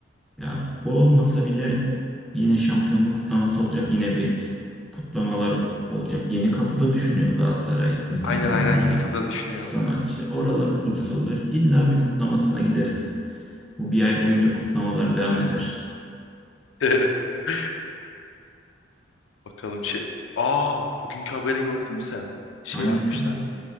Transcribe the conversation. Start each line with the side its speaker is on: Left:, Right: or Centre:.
Centre: Ya bu olmasa bile yine şampiyonluk kutlaması olacak. Yine bir kutlamalar olacak. Yeni kapıda düşünüyor Galatasaray miting
Left: Aynen
Centre: alanında
Left: aynen yeni kapıda düşünüyor.
Centre: sanatçı. Oralar ucuz olur. İlla bir kutlamasına gideriz. Bu bir ay boyunca kutlamalar devam eder.
Left: <laughs> Bakalım şey. Aa, bugünkü haberi gördün mü sen? Şey
Centre: Hangisi?
Left: yapmışlar.